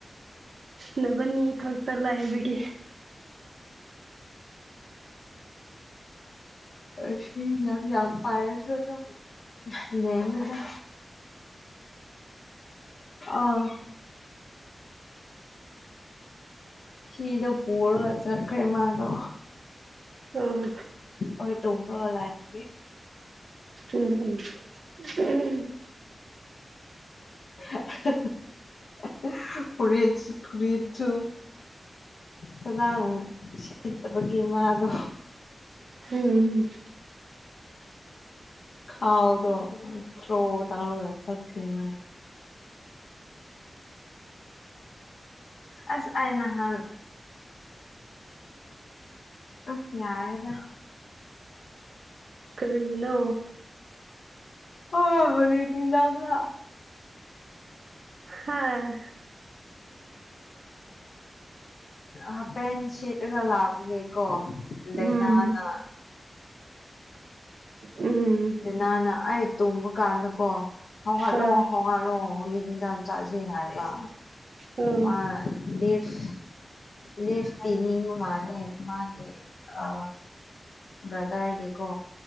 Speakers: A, on the right; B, on the left.
A: ꯅꯣꯢꯕꯅꯤ ꯈꯛꯇ ꯂꯩꯕꯒꯤ꯫
B: ꯑ꯫ <inaudible> ꯌꯥꯝ ꯌꯥꯝ ꯄꯥꯏꯔꯁꯨ ꯑꯗꯨꯝ ꯂꯦꯝꯃꯤꯗ꯫ ꯑꯥ꯫ ꯐꯤꯗꯣ ꯄꯨꯔꯒ ꯆꯠꯈ꯭ꯔꯦ ꯃꯥꯗꯣ꯫
A: ꯑꯣ
B: ꯑꯩꯏ ꯇ꯭ꯔꯒꯂꯥꯏꯕꯦ <unintelligible>
A: ꯎꯝ ꯎꯝ ꯫
B: <unintelligible> ꯐꯨꯔꯤꯠ ꯐꯨꯔꯤꯠꯁꯨ꯫ ꯐꯖꯥꯅ ꯁꯦꯠꯇꯕꯒꯤ ꯃꯥꯗꯣ꯫
A: ꯎꯝ ꯎꯝ꯫
B: ꯈꯥꯎꯗꯣ ꯊꯔꯣ ꯇꯧꯔꯒ ꯆꯠꯈ꯭ꯔꯦ ꯃꯗꯤ꯫ ꯑꯁ ꯑꯩ ꯅꯍꯟ꯫ ꯑꯁ ꯌꯥꯔꯦꯗ꯫
A: ꯀꯔꯤꯒꯤꯅꯣ꯫
B: ꯑꯥ ꯍꯅꯤ ꯀꯤꯗꯝꯂ <unintelligible>
A: ꯍꯥꯥ꯫
B: ꯍꯥꯞꯄꯦꯟ ꯁꯦꯠ꯫ ꯑꯩꯅ ꯂꯥꯛꯄꯒꯤꯀꯣ
A: ꯎꯝ
B: ꯗꯩꯩꯅꯥꯅ꯫
A: ꯎꯝ
B: ꯗꯩꯅꯥꯅ ꯑꯩ ꯇꯨꯝꯕ ꯀꯥꯟꯗ ꯀꯣ ꯍꯧꯒꯠꯂꯣ
A: ꯑ
B: ꯍꯧꯒꯠꯂꯣ ꯅꯨꯃꯤꯗꯥꯡ ꯆꯥꯁꯦ ꯍꯥꯏꯔꯒ
A: ꯑ
B: ꯃꯥ ꯂꯤꯐ ꯂꯤꯐ ꯄꯤꯅꯤꯡꯕ ꯃꯥꯜꯂꯦ ꯃꯥꯒꯤ ꯑ ꯕ꯭ꯔꯥꯗꯔꯒꯤꯀꯣ